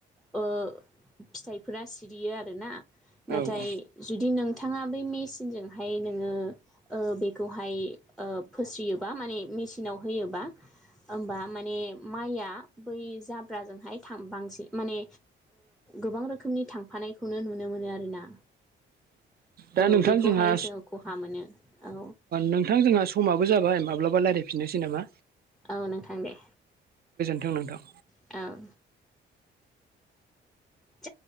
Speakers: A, in the centre; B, on the right.
A: फिथाइफोरा सिरियो आरोना नाथाय
B: औ औ
A: जुदि नों नोंथाङा ब मेसिनजोंहाय नोङो बेखौहाय फोसयोबा माने मेन थिनाव होयोबा होमबा माने माइआ बै जाब्राजोंहायां बांसिन माने गोबां रोखोमनि थांफ नायखौनो नुनो मोनो आरोना
B: दा
A: औ
B: नोंथां
A: बेखौहाय
B: जोंहा
A: जों खहा मोनो औ
B: नोंथां जोंहा समाबो जाबाय माब्लाबा रायज्लाय फिननोसै नामा
A: औ नोंथां दे
B: नोंथां नोंथां
A: औ जा